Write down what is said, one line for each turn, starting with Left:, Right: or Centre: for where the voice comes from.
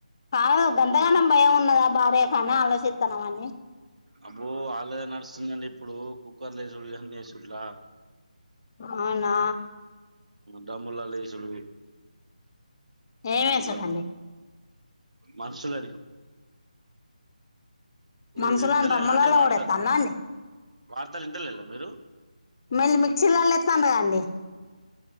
Left: కాదు గంతగంనం భయం ఉన్నదా భార్య కానీ ఆలోచిస్తన్నాం అండి
Right: అబ్బో వాళ్ళద నడుస్తుందండి ఇప్పుడు కుక్కర్లు వేసుడు ఇవన్నీ వేసట్లా
Left: అవునా
Right: డమ్ముల్లాల వేసుడు
Left: ఏం వేసుందండి
Right: ఇట్లా మనుషులని ఇప్పుడు
Left: మనుషులని
Right: ఇంటలేలా
Left: డామ్మలలో
Right: అండి వార్తలు
Left: కూడా ఏతాన్ర అండి
Right: వార్తలు ఇంటలేలా మీరు
Left: మళ్ళీ మిక్సీర్లళ ఏతండ్రు కదండీ